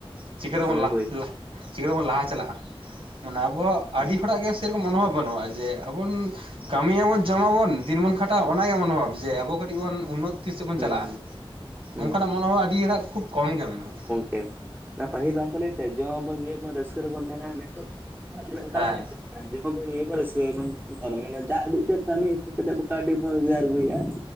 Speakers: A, on the right; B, on the right.
A: ᱪᱤᱠᱟᱹᱛᱮᱵᱚᱱ
B: ᱦᱩᱸ
A: ᱞᱟᱻᱞᱟ
B: ᱦᱳᱭ
A: ᱪᱤᱠᱟᱹᱛᱮᱵᱚᱱ ᱞᱟᱦᱟ ᱪᱟᱞᱟᱜᱼᱟ ᱢᱟᱱᱮ ᱟᱵᱚ ᱟᱵᱚᱣᱟᱜ ᱟᱹᱰᱤ
B: ᱦᱩᱸ
A: ᱦᱚᱲᱟᱜ ᱜᱮ ᱥᱮ ᱨᱚᱠᱚᱢ ᱢᱚᱱᱚᱵᱷᱚᱵᱽ ᱵᱟᱹᱱᱩᱜᱼᱟ ᱡᱮ ᱟᱵᱚ ᱨᱮᱱ ᱠᱟᱹᱢᱤ ᱟᱵᱚᱱ ᱡᱚᱢᱟᱵᱚᱱ ᱫᱤᱱ ᱵᱚᱱ ᱠᱷᱟᱴᱟᱜᱼᱟ ᱚᱱᱟ ᱜᱮ ᱢᱚᱱᱚᱵᱷᱟᱵ ᱡᱮ ᱟᱵᱚ‍᱾ ᱠᱟᱹᱴᱤᱡ ᱵᱚᱱ ᱩᱱᱱᱚᱛ ᱛᱤᱥ ᱥᱮᱫ ᱵᱚᱱ
B: ᱦᱩᱸ
A: ᱪᱟᱞᱟᱜᱼᱟ
B: ᱦᱩᱸ
A: ᱚᱱᱠᱟᱱᱟᱜ ᱢᱚᱱᱮ ᱦᱚᱸ ᱟᱹᱰᱤ ᱦᱚᱲᱟᱜ ᱠᱷᱩᱵ ᱠᱚᱢ ᱜᱮ ᱢᱮᱱᱟᱜᱼᱟ᱾
B: ᱛᱮᱢ ᱚᱱᱟ ᱯᱟᱹᱦᱤᱞ ᱵᱟᱝᱠᱚ ᱞᱟᱹᱭ ᱛᱟᱦᱮᱸ ᱡᱚᱢᱟᱵᱚᱱ ᱧᱩᱭᱟᱵᱚᱱ ᱨᱟᱹᱥᱠᱟᱹ ᱨᱮᱵᱚᱱ ᱛᱟᱦᱮᱱᱟ ᱱᱤᱛᱚᱜ ᱦᱟᱜ ᱚᱱᱠᱟ
A: ᱦᱮᱸ
B: ᱞᱮᱠᱟ ᱜᱮ ᱪᱟᱞᱟᱜᱼᱟ᱾ ᱡᱚᱢᱟᱵᱚᱱ ᱧᱩᱭ ᱨᱟᱹᱥᱠᱟᱹᱭᱟᱵᱚᱱ ᱢᱟᱱᱮ ᱡᱟᱜ ᱩᱰᱩᱜ ᱜᱮ ᱠᱟᱹᱢᱤ ᱟᱹ ᱠᱟᱛᱮᱫ ᱠᱟᱹᱣᱰᱤ ᱵᱚᱱ ᱨᱳᱡᱽᱟᱨ ᱟᱹᱜᱩᱭᱮᱫᱼᱟ᱾